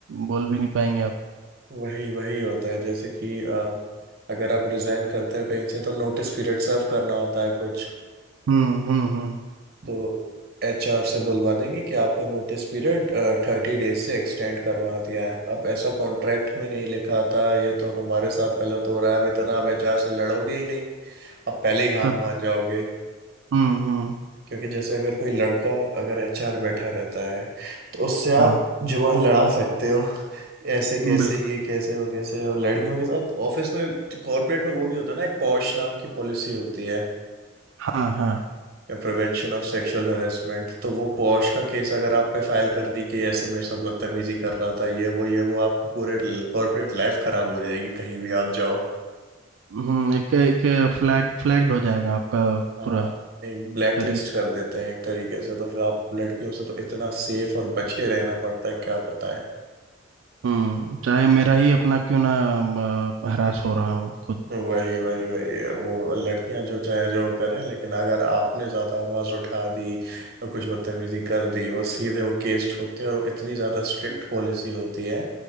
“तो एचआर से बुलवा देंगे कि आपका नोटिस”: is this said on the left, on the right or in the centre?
Right